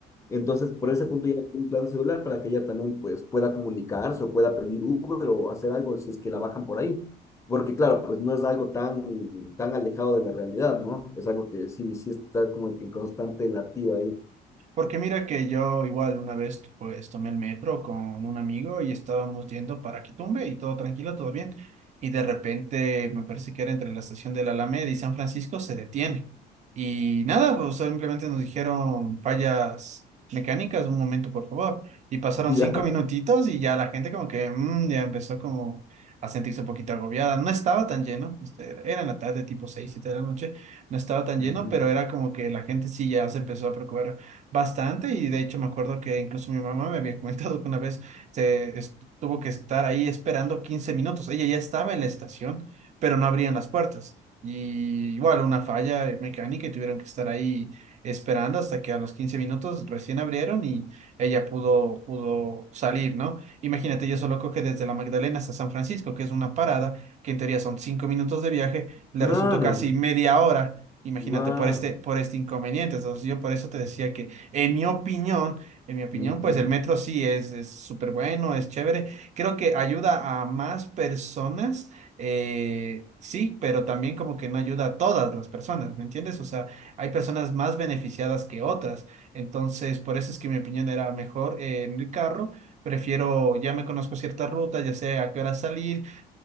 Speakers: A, on the left; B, on the right.
A: entonces por ese punto ya le cogí un plan de celular para que ella también pues pueda comunicarse o pueda pedir Uber o hacer algo si es que la bajan por ahí. Porque claro, pues no es algo tan, tan alejado de la realidad, ¿no? Es algo que sí, sí está como que en constante latido ahí. <laughs>
B: Porque mira que yo igual una vez pues tomé el metro con un amigo y estábamos yendo para Quitumbe y todo tranquilo, todo bien. Y de repente me parece que era entre la estación de la Alameda y San Francisco se detiene. Y nada, pues simplemente nos dijeron fallas mecánicas, un momento por favor. Y pasaron
A: Ya.
B: cinco minutitos y ya la gente como que mm, ya empezó como a sentirse un poquito agobiada. No estaba tan lleno, este, era en la tarde tipo seis, siete de la noche no estaba tan
A: Ujú.
B: lleno, pero era como que la gente sí ya se empezó a preocupar bastante y de hecho me acuerdo que incluso mi mamá me había comentado que una vez se es- tuvo que estar ahí esperando 15 minutos. Ella ya estaba en la estación, pero no abrían las puertas. Y igual una falla mecánica y tuvieron que estar ahí esperando hasta que a los 15 minutos recién abrieron y ella pudo, pudo salir, ¿no? Imagínate, yo solo coge desde la Magdalena hasta San Francisco, que es una parada, que en teoría son cinco minutos de viaje, le
A: Claro.
B: resultó casi media hora. Imagínate,
A: Guau.
B: por este, por este inconveniente. Entonces, yo por eso te decía que en mi opinión, en mi opinión,
A: Ujú.
B: pues el metro sí es, es súper bueno, es chévere. Creo que ayuda a más personas, eh, sí, pero también como que no ayuda a todas las personas, ¿me entiendes? O sea, hay personas más beneficiadas que otras. Entonces, por eso es que mi opinión era mejor eh, en el carro. Prefiero, ya me conozco ciertas rutas, ya sé a qué hora salir